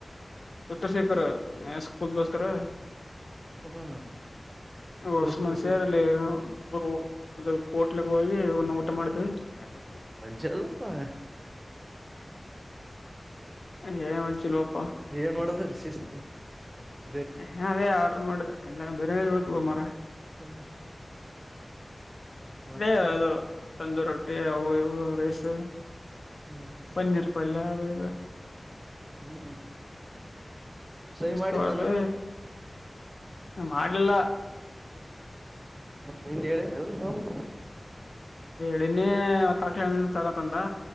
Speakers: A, on the left; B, on the right.
A: ಹುತ್ತಾಶೇಖರ್ ಏ ಸ್ಕೂಲ್ದ ಹೆಸರು. <inaudible>
B: ಹ್ಮ್
A: ಹೊಸ
B: ದೋಸ್ತರ
A: ಮಷಿ ಸೇರಿ
B: ಜೊತೆ
A: ಅಲ್ಲಿ ಊರು! <inaudible> ಅದು ಹೋಟ್ಲಿಗೆ ಹೋಗಿ ನಾವು ಊಟ ಮಾಡಿದೀವಿ. <unintelligible>
B: ಜಲ್ಲು ಪ! <inaudible>
A: ಹೇ ಏನು ಹೋಗು ಚಲ್ಲೋ ಹೋಗು. <inaudible>
B: ಏನ್ ಮಾಡಿದ್ದು ಸಿಸ್ಟ್. <inaudible>
A: ಹ ಅದೇ ಆರ್ಡರ್ ಮಾಡಿದ್ರ ಎಲ್ಲ ಬಿರಿಯಾನಿಳ್ತ ಬ ಮರ.
B: ಹ ಮತ್ತೇನ್
A: ಹೇ ಅದು. ತಂದು ರೊಟ್ಟಿ ಅವು ಇವು ರೈಸ್.
B: ಹ್ಮ್ ಹ್ಮ್
A: ಪನ್ನೀರ್ ಪಲ್ಯ ಅದು ಇದು
B: ಹ್ಮ್ ಹ್ಮ್. ಸಹಿ
A: ಇಷ್ಟತ
B: ಮಾಡಿದ್ ನಾನು
A: ಮಾಡಲಿಲ್ಲ.
B: ನಿಂಗ ಹೇಳಿದ ಅಲ್ರೀ ಪಾಪ.
A: ನಿನ್ನೆ ಒತ್ತಾಕಿ ಹಣ್ಣ ತಾರಾತಾನ್ ಲಾ.